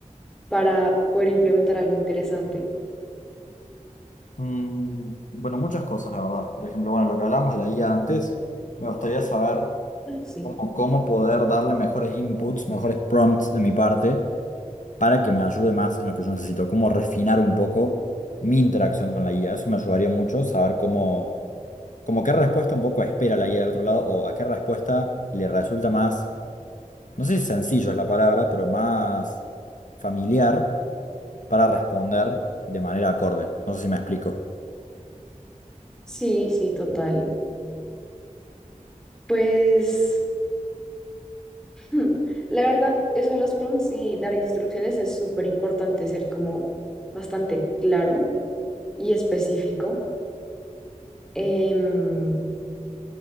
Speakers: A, in the centre; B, on the left (about 70°).
A: para poder implementar algo interesante.
B: Mm, Bueno, muchas cosas, la verdad. Por ejemplo, bueno, lo que hablábamos de la guía antes, me gustaría saber
A: Sí,
B: cómo, cómo poder darle mejores inputs, mejores prompts de mi parte para que me ayude más en lo que yo necesito, cómo refinar un poco mi interacción con la guía. Eso me ayudaría mucho, saber cómo, como qué respuesta un poco espera la guía del otro lado o a qué respuesta le resulta más, no sé si sencillo es la palabra, pero más familiar para responder de manera acorde. No sé si me explico.
A: sí, sí, total. Pues, hmm, la verdad, eso de los prompts y dar instrucciones es súper importante, ser como bastante claro y específico. Em,